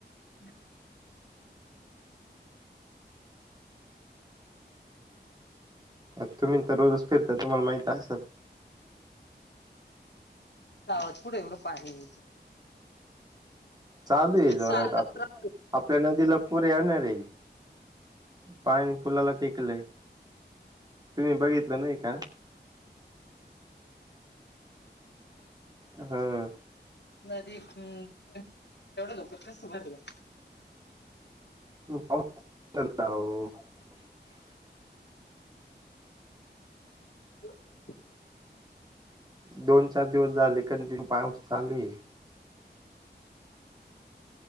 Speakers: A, on the left; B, on the right.
A: हम्
B: अ तुम्ही तर रोजच फिरता तुम्हाला माहित असल
A: गावात कुठं एवढं पाणी
B: चालू आहे
A: सारखंच
B: जोरात आ
A: राहत
B: आपल्या नदीला पुरे येणार आहे पाणी पुुलाला टेकलंय. तुम्ही बघितलं नाही का? ह
A: नदी हम्म. तेवढ लोकर कसं भरलं?
B: <unintelligible>
A: <unintelligible>
B: दोन चार दिवस झाले कण तीन पास चालू आहे.